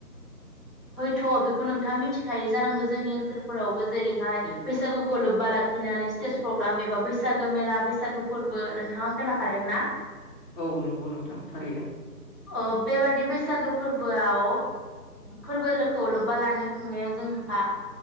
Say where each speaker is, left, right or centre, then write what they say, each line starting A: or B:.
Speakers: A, in the centre; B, on the left.
A: हयथ' बेखौ नोंथाङा मिथिखायोै जानांगौ जोंनि ओनसोलफोराव जेरैहाय
B: औ
A: बैसागुखौ लोबबा ला फिननानै स्टेज प्रग्राम एबा बैसागो मेला बैसागो फोरबो नोंथाङा खोनाखादोंना
B: औ नंगौ नोंथां थारैनो
A: ओ बेबादि बैसागो फोरबोआव फोरबोखौ लोब्बा लाखिनो खुंनायाव जोंहा